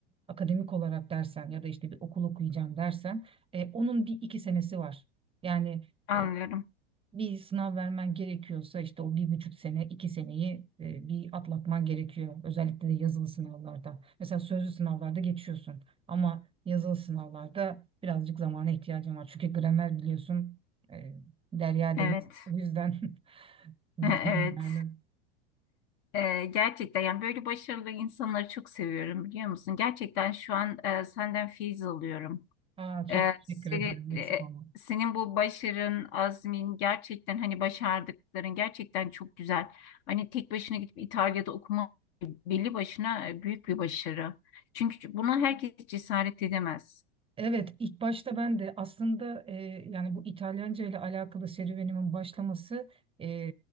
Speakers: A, on the right (about 15°); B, on the left (about 60°).
A: akademik olarak dersen ya da işte bir okul okuyacağım dersen e, onun bir iki senesi var. Yani
B: Anlıyorum.
A: e, bir sınav vermen gerekiyorsa işte o bir buçuk sene, iki seneyi e, bir atlatman gerekiyor. Özellikle de yazılı sınavlarda. Mesela sözlü sınavlarda geçiyorsun ama yazılı sınavlarda birazcık zamana ihtiyacın var. Çünkü gramer biliyorsun e, derya
B: Evet.
A: deniz. O yüzden <laughs> bitmiyor
B: E, Evet.
A: yani.
B: Ee, gerçekten yani böyle başarılı insanları çok seviyorum biliyor musun? Gerçekten şu an e, senden feyiz alıyorum.
A: Aa, çok
B: Ee,
A: teşekkür
B: seni,
A: ederim. Eksik
B: e,
A: olma.
B: senin bu başarın, azmin, gerçekten hani başardıkların gerçekten çok güzel. Hani tek başına gidip İtalya'da okuma belli başına e, büyük bir başarı. Çünkü buna herkes cesaret edemez.
A: Evet, ilk başta ben de aslında e, yani bu İtalyanca ile alakalı serüvenimin başlaması e,